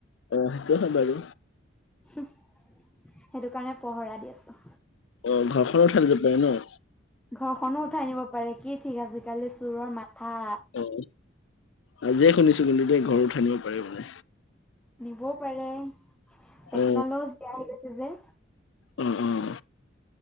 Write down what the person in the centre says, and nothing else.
হুহ। সেইটো কাৰণে পহৰা দি আছোঁ।
ঘৰখনো উঠাই নিব পাৰে। কি ঠিক, আজিকালি চোৰৰ মাথা
নিবও পাৰে। টেকন'লজিয়া
আহি গৈছে যে।